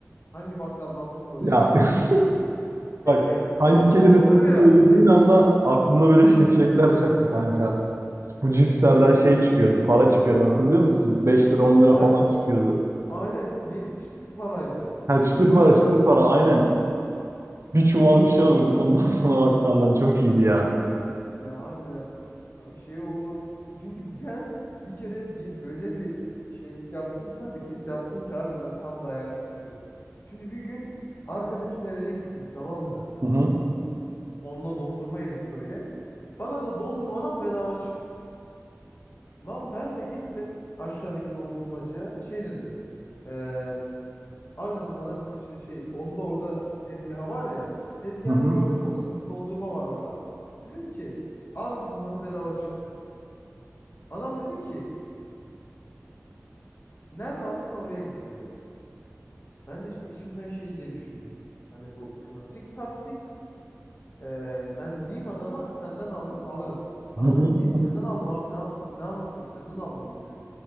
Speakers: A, on the left; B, on the right.
A: Hangi bakkaldan aldıysan oraya
B: Ya
A: git.
B: <laughs>
A: <laughs>
B: bak hangi
A: Ya
B: kelimesini
A: Var ya.
B: söylediğin anda aklına böyle şimşekler çaktı kanka. Bu cipslerden şey çıkıyordu para çıkıyordu hatırlıyor musun? beş lira on lira
A: Aynen,
B: falan çıkıyordu.
A: aynen. Neydi? Çıtır paraydı.
B: Ha
A: Çıtır
B: çıtır
A: paraydı.
B: para çıtır para aynen. Bir çuval bir şey alıyorduk ondan <laughs> sonra bakkaldan çok iyiydi ya.
A: Ya harbiden bak şey onu çünkü ben bir kere bir öyle bir şeylik yaptım ki hareket yaptım ki harbiden tam dayaklıktı. Şimdi bir gün arkadaşın evine gittim tamam mı?
B: Hı hı.
A: Onunla dondurma yedik böyle. Bana da dondurmadan bedava çıktı. Lan ben de gittim aşağıdaki dondurmacıya şey dedim. Eee abi dedim bana dedim işte şey onda orada tezgahı var ya. Tezgahını
B: Hı hı.
A: gördüm onun. Dondurma var orada. Dedim ki abi dedim bana bedava çıktı. Adam dedi ki nerede aldıysan oraya git dedi. Ben de şimdi içimden şey diye düşündüm. Hani bu klasik taktik. Ee, ben diyeyim adama senden aldım alırım. Adam
B: Hı hı.
A: dedim ki senden aldım abi ne, an- ne anlatıyorsun senden aldım dedim.